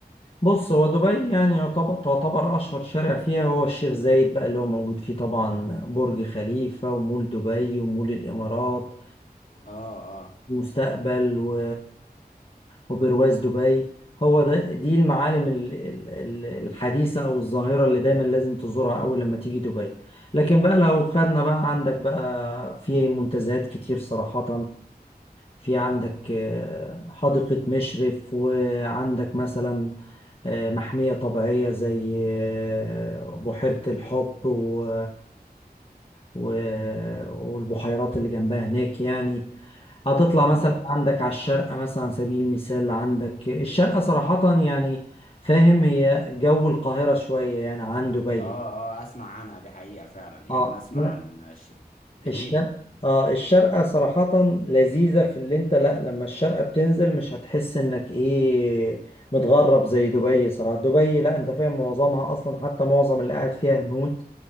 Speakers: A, on the left (about 35°); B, on the left (about 55°).
A: بص هو دبي يعني يعتبر تعتبر اشهر شارع فيها هو الشيخ زايد بقى اللي هو موجود فيه طبعا برج خليفه ومول دبي ومول الامارات
B: اه اه
A: ومستقبل و... وبرواز دبي هو ده دي المعالم ال- ال- ال- الحديثة أو الظاهرة اللي دايما لازم تزورها أول لما تيجي دبي لكن بقى لو خدنا بقى عندك بقى في منتزهات كتير صراحة في عندك آه، حديقة مشرف وعندك مثلا آه، محمية طبيعية زي آه، بحيرة الحب و... و... والبحيرات اللي جنبها هناك يعني هتطلع مثلا
B: مم.
A: عندك على الشارقة مثلا على سبيل المثال عندك الشارقة صراحة يعني فاهم هي جو القاهرة شوية يعني عن دبي
B: اه اه اسمع عنها دي حقيقة فعلا يعني
A: اه
B: انا اسمع
A: لا
B: عن ش... جميلة
A: الشرق اه الشرقة صراحة لذيذة في اللي انت لا لما الشرقة بتنزل مش هتحس انك ايه متغرب زي دبي صراحة دبي لا انت فاهم معظمها اصلا حتى معظم اللي قاعد فيها هنود